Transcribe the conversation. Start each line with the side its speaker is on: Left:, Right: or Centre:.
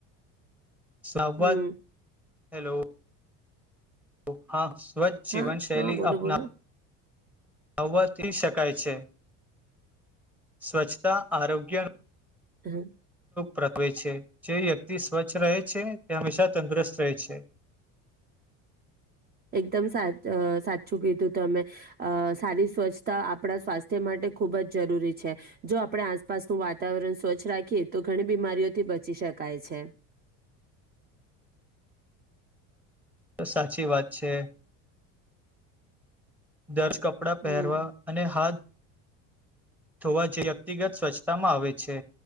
Centre: સવત
Right: હમ
Centre: હેલો ઓ હા સ્વચ્છ જીવન
Right: હા
Centre: શૈલી
Right: હા બોલો
Centre: અપના
Right: બોલો
Centre: આવવાથી શકાય છે સ્વચ્છતા આરોગ્ય
Right: હમ
Centre: પ્રકવે છે જે વ્યક્તિ સ્વચ્છ રહે છે તે હંમેશા તંદુરસ્ત રહે છે
Right: એકદમ સા સાચું કીધું તમે અ સારી સ્વચ્છતા આપણા સ્વાસ્થ્ય માટે ખૂબ જ જરૂરી છે જો આપણે આસપાસનું વાતાવરણ સ્વચ્છ રાખીએ તો ઘણી બીમારીઓથી બચી શકાય છે
Centre: તો સાચી વાત છે દર્શ કપડાં
Right: હમ
Centre: પહેરવા અને હાથ થવા જે વ્યક્તિગત સ્વચ્છતામાં આવે છે